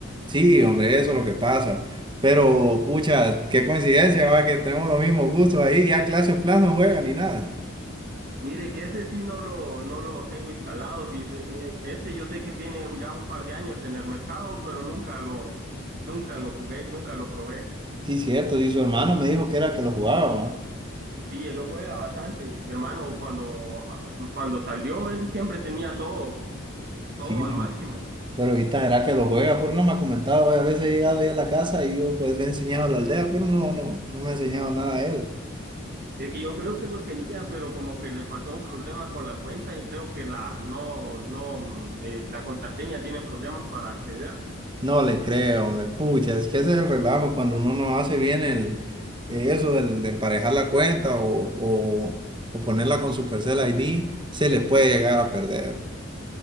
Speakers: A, on the right (about 25°); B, on the right (about 50°).
A: Sí, hombre, eso es lo que pasa. Pero, pucha, qué coincidencia, va, que tenemos los mismos gustos ahí. Ya clase plan no juega ni nada.
B: Mire, que ese sí no lo, no lo tengo instalado, fíjese. Mire, ese yo sé que tiene ya un par de años en el mercado, pero nunca lo, nunca lo jugué, nunca lo probé.
A: Sí, cierto, sí, su hermano me dijo que era que lo jugaba, va.
B: Sí, él lo juega bastante. Mi hermano, cuando, ah, cuando salió, él siempre tenía todo, todo
A: Sí, hombre,
B: al máximo.
A: pero ahorita era que lo juega, pero no me ha comentado, va, A veces he llegado ahí a la casa y yo pues le he enseñado a la aldea, pero no, no, no me ha enseñado nada a él.
B: Es que yo creo que lo tenía, pero como que le pasó un problema con la cuenta y creo que la no, no, mm, eh, la contraseña tiene problemas para acceder.
A: No le creo, me pucha, es que ese es el relajo cuando uno no hace bien el, eh, eso del- de emparejar la cuenta o, o, o ponerla con su Supercell ID, se le puede llegar a perder.